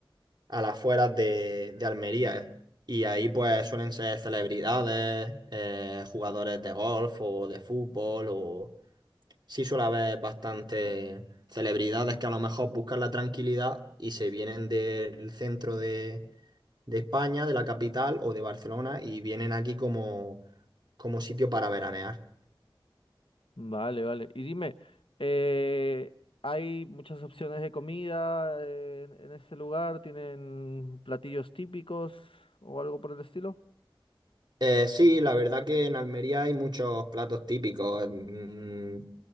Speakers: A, on the right; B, on the left.
A: a las afueras de, de Almería. Y ahí pues suelen ser celebridades, eh, jugadores de golf o de fútbol o sí suele haber bastantes celebridades que a lo mejor buscan la tranquilidad y se vienen del centro de, de España, de la capital o de Barcelona y vienen aquí como, como sitio para veranear.
B: Vale, vale. Y dime, eh, ¿hay muchas opciones de comida eh, en, en este lugar? ¿Tienen platillos típicos o algo por el estilo?
A: Eh, sí, la verdad que en Almería hay muchos platos típicos. Mm,